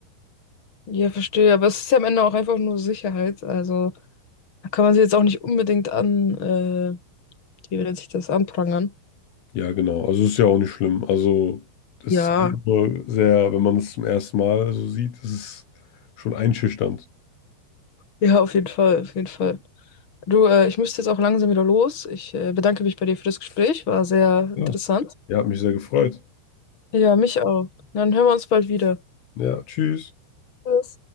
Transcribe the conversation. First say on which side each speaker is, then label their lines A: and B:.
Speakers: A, on the left; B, on the left.
A: Ja, verstehe. Aber es ist ja am Ende auch einfach nur Sicherheit. Also da kann man sie jetzt auch nicht unbedingt an, äh, wie nennt sich das, anprangern.
B: Ja, genau. Also ist ja auch nicht schlimm. Also es
A: Ja,
B: ist halt nur sehr, wenn man es zum ersten Mal so sieht, ist es schon einschüchternd.
A: ja, auf jeden Fall, auf jeden Fall. Du, äh, ich müsste jetzt auch langsam wieder los. Ich äh, bedanke mich bei dir für das Gespräch. War sehr
B: Ja,
A: interessant.
B: ja, hat mich sehr gefreut.
A: Ja, mich auch. Dann hören wir uns bald wieder.
B: Ja, tschüss.
A: Tschüss.